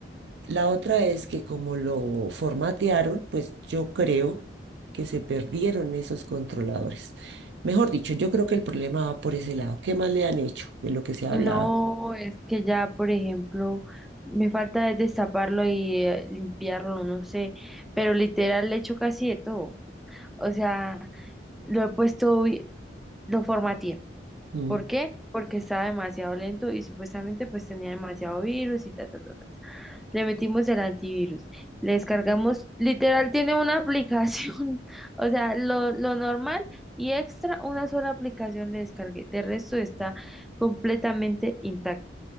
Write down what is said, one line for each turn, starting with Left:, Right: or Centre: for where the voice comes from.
Right: La otra es que como lo formatearon, pues yo creo que se perdieron esos controladores. Mejor dicho, yo creo que el problema va por ese lado. ¿Qué más le han hecho de lo que se
Centre: No,
Right: ha hablado?
Centre: es que ya, por ejemplo, me falta es destaparlo y eh, limpiarlo, no sé, pero literal le echo casi de todo. O sea, lo he puesto, vi- lo formateé.
Right: Mm,
Centre: ¿Por qué? Porque estaba demasiado lento y supuestamente pues tenía demasiado virus y ta, ta, ta. ta. le metimos el antivirus, le descargamos, literal tiene una aplicación, <laughs> o sea, lo, lo normal y extra, una sola aplicación le descargué, de resto está completamente intacto